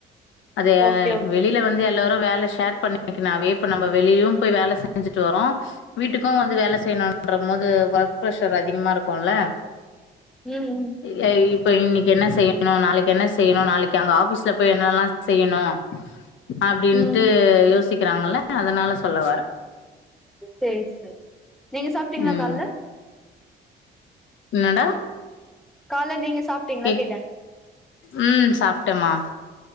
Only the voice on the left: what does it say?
அதே
வெளில வந்து எல்லாரு வேல ஷேர் பண்ணிக்குன்னாவே இப்ப நம்ம வெளிலயு போய் வேல செஞ்சிட்டு வர்றோ வீட்டுக்கு வந்து வேலை செய்யணுன்றம் போது ஒர்க் ப்ரஷர் அதிகமா இருக்குல்ல
ஏ இப்ப இன்னக்கி என்ன செய்யணு நாளைக்கி என்ன செய்யணு நாளைக்கு அங்க ஆபீஸ்ல போய் என்னெல்லா செய்யணு அப்டின்ட்டு
யோ சிக்கிறாங்கல்ல அதனால சொல்ல வர்றே
ம்
என்னடா
கேக்
ம் சாப்டேமா